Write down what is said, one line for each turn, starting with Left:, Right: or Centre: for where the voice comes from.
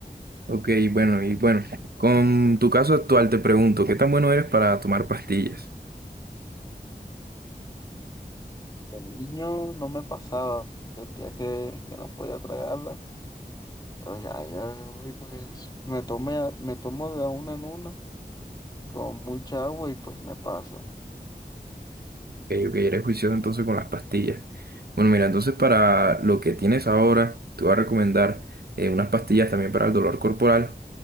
Right: Ok, bueno, y bueno, con tu caso actual te pregunto, ¿qué tan bueno eres para tomar pastillas?
Left: con niño no me pasaba, sentía que, que no podía tragarla, pero ya, ya hoy pues me tomé, a- me tomo de a una en una con mucha agua y pues me pasa.
Right: Ok, ok, eres juicioso entonces con las pastillas. Bueno, mira, entonces para lo que tienes ahora, te voy a recomendar eh, unas pastillas también para el dolor corporal.